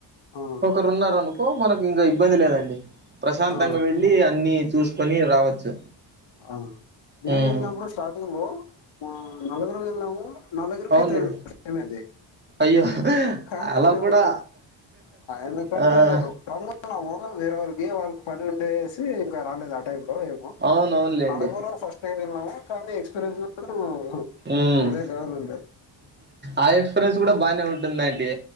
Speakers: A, on the left; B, on the right.
A: ఆ
B: ఒకరున్నారు అనుకో మనకి ఇంగ ఇబ్బంది లేదండి ప్రశాంతంగా
A: ఆ
B: వెళ్ళి అన్ని చూసుకొని రావచ్చు
A: ఆ మేము
B: హ్మ్
A: వెళ్ళినప్పుడు స్టార్టింగ్ లో ఆ నలగురుము వెళ్ళాము నలగురికి
B: అవునులే
A: తెలిదు అది
B: అయ్యో
A: కాదంటే
B: అలా కూడా
A: ఓ ఎందుకంటే
B: ఆ
A: రమ్ వేరే వాళ్ళకి వాళ్ళకి పని ఉండేసి ఇంకా రాలేదు ఆ టైమ్ లో ఏమో
B: అవునవునులేండి
A: నలగురం ఫస్ట్ టైం వెళ్ళాము కానీ ఎక్స్పీరియన్స్ మాత్రమే
B: ఉమ్
A: వేరే లెవెల్ ఉండె
B: ఆ ఎక్స్పీరియన్స్ కూడా బానే ఉంటుందండి